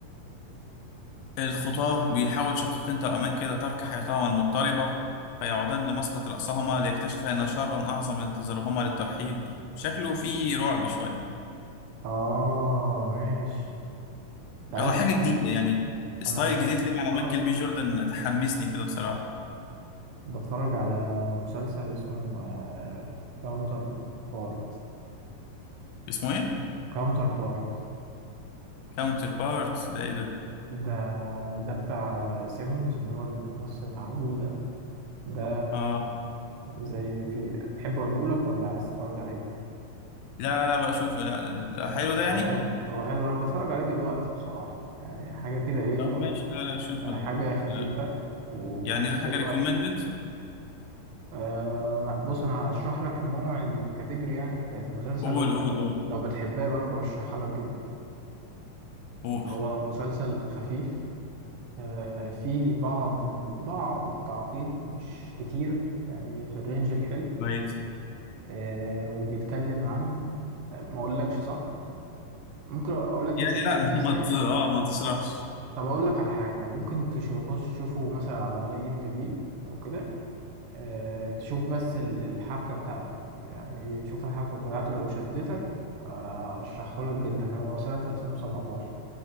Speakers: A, on the left (about 85°); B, on the right (about 70°).
A: الخطاة بيحاول شقيقين توأمان كده ترك حياتهما المضطربة فيعودان لمسقط رأسهما ليكتشفا أن شرا أعظم ينتظرهما للترحيب شكله فيه رعب شوية
B: اه ماشي انت
A: هو
B: عارف
A: حاجة
B: انا
A: جديدة يعني ستايل
B: انا ب-
A: جديد كده
B: بتفرج
A: على مايكل بي جوردن تحمسني كده بصراحة
B: بتفرج على مسلسل اسمه كاونتر بارت
A: اسمه ايه؟
B: كاونتر بارت
A: كاونتر بارت ده ايه ده؟
B: ده ده بتاع سيمونز اللي هو الممثل العجوز ده ده
A: اه
B: زي في تحب اقوله لك ولا عايز تتفرج عليه
A: لا لا لا بقى اشوفه لا لا، حلو ده
B: هو
A: يعني؟
B: حلو هو حلو انا بتفرج عليه دلوقتي بصراحة يعني حاجة كده ايه
A: طب
B: لا-
A: ماشي لا لا اشوفه
B: يعني
A: ده
B: حاجة خفيفة
A: لا
B: وفي
A: يعني
B: نفس
A: ده حاجة
B: الوقت
A: ريكومندد
B: آه ما- بص انا هشرح لك نوع الكاتيجوري يعني بتاعت المسلسل
A: قول
B: وانت
A: قول
B: لو
A: قول
B: لو بتحبها يبقى انا برشحها لك جدا
A: قول
B: هو مسلسل خفيف آه فيه بعض بعض التعقيد مش كتير يعني في الرينج الحلو
A: كويس
B: آه وبيتكلم عن آه، ما اقولكش صح ممكن اقول لك
A: يعني
B: الفكره
A: لا
B: الاساسيه
A: <laughs> ما ت- اه ما تشرحش
B: طب اقول لك على حاجه ممكن تخش تشوفه مثلا على اي ام دي بي او كده آه تشوف بس ال- الحبكه بتاعته يعني تشوف الحبكه بتاعته لو شدتك آه، ارشحه لك جدا هو سنه 2017